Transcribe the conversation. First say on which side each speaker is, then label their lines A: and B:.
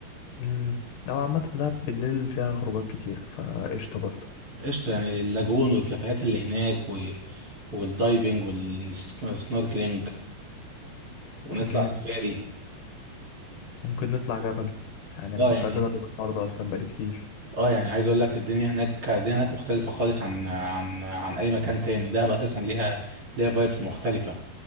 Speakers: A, on the left; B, on the right.
A: امم لو عامة دهب بالليل فيها خروجات كتيرة فقشطة برضه
B: قشطه يعني اللاجون والكافيهات اللي هناك و... والدايفنج والسنوركلينج ونطلع
A: جامد
B: سفاري
A: ممكن نطلع جبل يعني انا
B: اه
A: كنت
B: يعني
A: عايز اجرب الحوار ده اصلا بقالي كتير
B: اه يعني عايز اقول لك الدنيا هناك الدنيا هناك مختلفه خالص عن عن عن اي مكان تاني دهب اساسا ليها ليها فايبس مختلفه